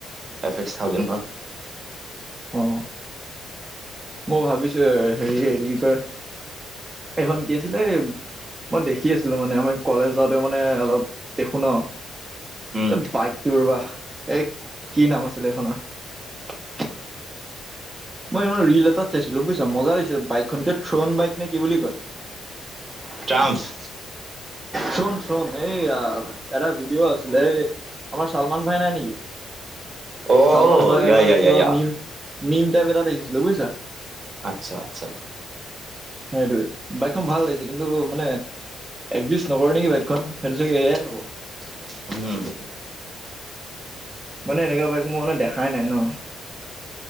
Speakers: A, on the right; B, on the right.
A: এফ এক্স থাউজেণ্ড ম
B: অ মই ভাবিছো হেৰি এইটো কি কয় এইখন কি আছিলে এই মই দেখি আছিলো মানে আমাৰ কলেজ যাওঁতে মানে অলপ দেখো ন
A: উম,
B: এ বাইকটো ৰবা এই কি নাম আছিলে এইখনৰ <unintelligible> মই ইমান ৰিল এটাত চাইছিলো বুজিছা মজা লাগছিল বাইকখনকে থ্ৰন বাইক নে কি বুলি কয়। <unintelligible>
A: ট্ৰান্স
B: চোন চোন এই এটা ভিডিঅ' আছিলে এই আমাৰ চালমান ভাই নাই নেকি?
A: অ',
B: চালমান ভাই
A: য়া য়া
B: কা
A: য়া য়া।
B: মিম নিম টেপ এটা দেখিছিলোঁ বুজিছা
A: আচ্ছা আচ্ছা
B: সেইটোৱে বাইকখন ভাল লাগিছে কিন্তু মানে একজিষ্ট নকৰে নেকি বাইকখন সেইটো চাগে এয়াই হ'ব <unintelligible>
A: উম,
B: মানে এনেকুৱা বাইক মোৰ মানে দেখাই নাই ন